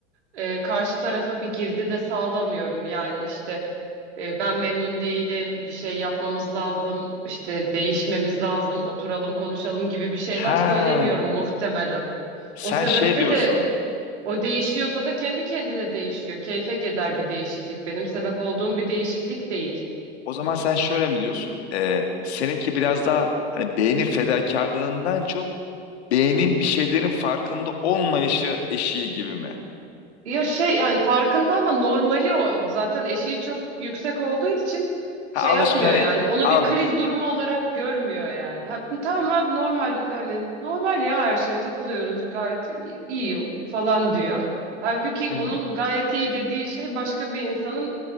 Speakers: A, on the right; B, on the left.
A: e, karşı tarafa bir girdi de sağlamıyorum. Yani işte e, ben memnun değilim, bir şey yapmamız lazım, işte değişmemiz lazım, oturalım konuşalım gibi bir şeyler
B: Ha,
A: söylemiyorum muhtemelen.
B: sen
A: O sebeple
B: şey diyorsun.
A: de o değişiyorsa da kendi kendine değişiyor. Keyfek eder bir değişiklik. Benim sebep olduğum bir değişiklik değil.
B: O zaman sen şöyle mi diyorsun? E, seninki biraz daha hani beynin fedakarlığından çok beynin bir şeylerin farkında olmayışı eşiği gibi mi?
A: Ya şey yani farkında ama normali o. Zaten eşiği çok yüksek olduğu için
B: Ha,
A: şey
B: alışmış
A: yapmıyor
B: hani
A: yani. Onu
B: anladım.
A: bir kriz durumu olarak görmüyor yani. Ha, tamam abi normal hani normal ya her şey takılıyoruz gayet i- iyi falan diyor. Halbuki
B: <laughs>
A: onun gayet iyi dediği şey başka bir insanın